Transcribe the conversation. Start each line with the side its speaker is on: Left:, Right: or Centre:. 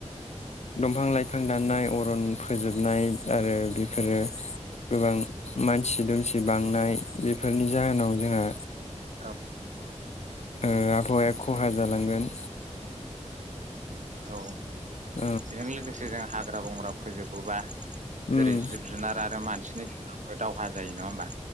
Left: दंफां लाइफां दाननाय अरन फोजोबनाय आरो बेफोरो। गोबां मानसि दुमसि बांनाय बेफोरनि जाहोनाव जोंहा
Right: औ।
Left: ओयो आबहावाया खहा जालांगोन।
Right: औ
Left: औ
Right: बेजों लोगोसे जों हाग्रा बंग्रा फोजोब बोबा
Left: नंगौ
Right: जेरै जिब जुनार आरो मानसि। जोंनि लुखो दावहा जायो नङा होमबा?